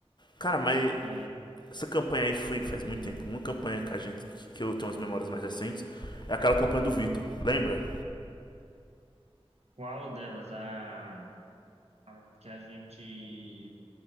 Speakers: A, on the left; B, on the right.
A: Cara, mas
B: É,
A: essa campanha aí foi faz muito tempo. Uma campanha que a gente... que eu tenho as memórias mais recentes é aquela campanha do Vitor. Lembra?
B: qual delas? A, a que a gente.